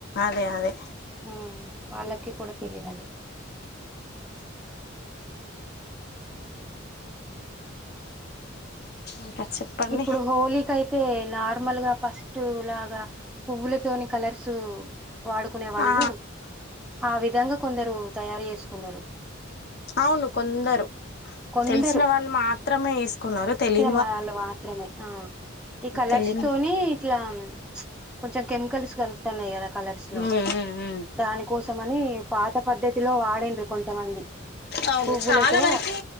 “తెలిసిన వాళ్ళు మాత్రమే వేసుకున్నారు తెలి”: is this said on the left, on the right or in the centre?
Left